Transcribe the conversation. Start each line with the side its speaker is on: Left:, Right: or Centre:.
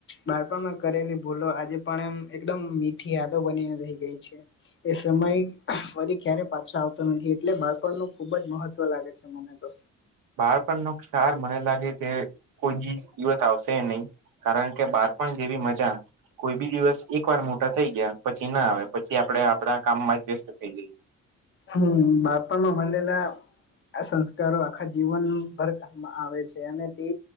Left: બાળપણ માં કરેલી બોલો આજે પણ એમ એકદમ મીઠી યાદો બનીને રહી ગઈ છે એ સમય ફરી ક્યારે પાછો આવતો નથી એટલે બાળપણનું ખુબ જ મહત્વ લાગે છે મને તો
Right: બહાર પણ નકાર મને લાગે કે કોઈ દિવસ આવશે નહી કારણ કે બાર પણ જેવી મજા કોઈ બી દિવસ એક વાર મોટા થઈ ગયા પછી ના આવે પછી આપડે આપડા કામમાં જ વ્યસ્ત થઈ જઈએ
Left: હમ બાપણ મલલા આ સંસ્કારો આખા જીવન ભર ક આવે છે અને તે